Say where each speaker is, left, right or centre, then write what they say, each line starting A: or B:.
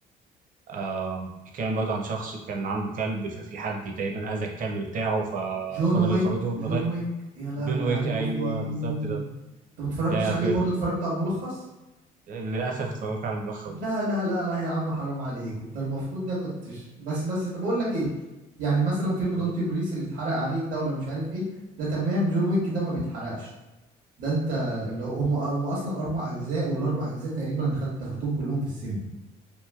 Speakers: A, on the right (about 50°); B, on the right (about 80°).
A: آه، بيتكلم برضه عن شخص كان عنده كلب ففي حد تقريبا أذى الكلب بتاعه ففضل
B: جون ويك
A: يطاردهم
B: جون
A: لغاية
B: ويك يا لهوي
A: جون ويك
B: عليكم
A: أيوه
B: فين
A: بالظبط ده
B: انت ما اتفرجتش
A: ده
B: عليه
A: في
B: برضو اتفرجت على الملخص
A: للأسف اتفرجت على الملخص
B: لا لا لا لا يا عم حرام عليك انت المفروض ده كنتش بس بس طب اقول لك ايه يعني مثلا فيلم
A: برضه
B: دونت بريس اللي اتحرق عليك ده ولا مش عارف ايه ده تمام جون ويك ده ما بيتحرقش ده انت اللي هو- هم هم اصلا اربع اجزاء والاربع اجزاء تقريبا أنا دخلت دخلتهم كلهم في السينما